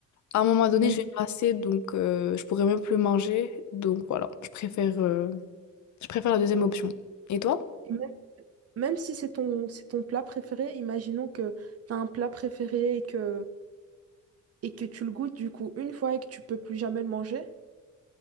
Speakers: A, on the left; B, on the right.
A: à un moment donné,
B: Oui.
A: je vais me lasser, donc euh, je pourrais même plus manger, donc voilà, je préfère, euh, je préfère la deuxième option. Et toi?
B: Et même, même si c'est ton, c'est ton plat préféré, imaginons que tu as un plat préféré et que, et que tu le goûtes du coup une fois et que tu peux plus jamais le manger.